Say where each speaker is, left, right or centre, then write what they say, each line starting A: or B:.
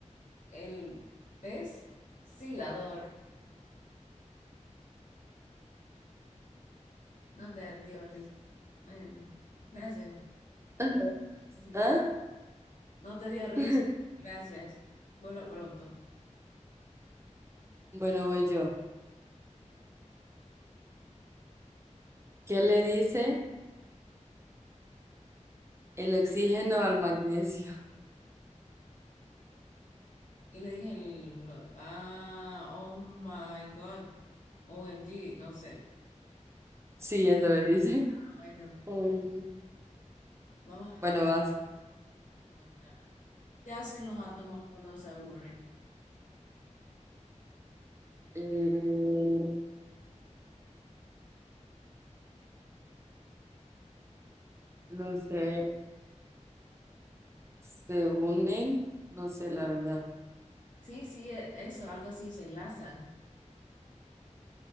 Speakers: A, on the left; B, on the right.
A: El pez silador. No te dio risa. Bueno, gracias.
B: Ajá.
A: El siguiente.
B: ¿Ah?
A: No te dio risa.
B: <laughs>
A: Gracias. Vuelva pronto.
B: Bueno, voy yo. ¿Qué le dice el oxígeno al magnesio? <laughs>
A: ¿Qué le dije? El... Ah, oh my God. OMG, no sé.
B: Sí, eso le dice.
A: Ah, bueno,
B: Mm.
A: vamos a ver,
B: Bueno, vas.
A: pensar en otra. ¿Qué hacen los átomos cuando se aburren?
B: Eh, No sé, se unen, no sé la verdad.
A: Sí, sí, e- eso, algo así, se enlazan.